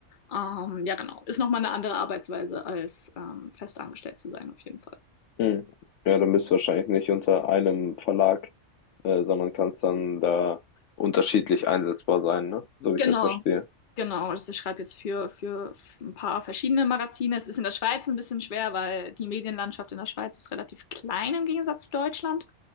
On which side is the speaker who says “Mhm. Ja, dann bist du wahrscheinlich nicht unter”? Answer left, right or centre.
Left